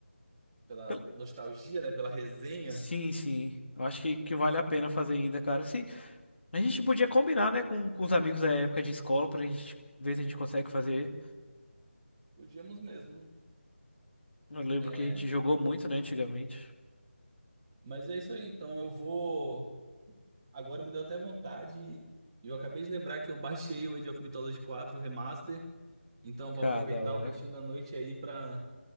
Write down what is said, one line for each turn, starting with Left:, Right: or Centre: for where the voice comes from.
Right: pela
Left: Pel-
Right: nostalgia, né, pela resenha,
Left: Sim, sim. Eu acho que, que vale a pena fazer ainda, cara. Se... A gente podia combinar, né, com, com os amigos da época de escola pra gente ver se a gente consegue fazer.
Right: podíamos mesmo.
Left: Eu lembro
Right: É,
Left: que a gente jogou muito, né, antigamente.
Right: mas é isso aí, então eu vou agora me deu até vontade e eu acabei de lembrar que eu baixei o Age of Mythology quatro Remaster, então
Left: Cara,
Right: vou aproveitar
Left: da hora.
Right: o restinho da noite aí pra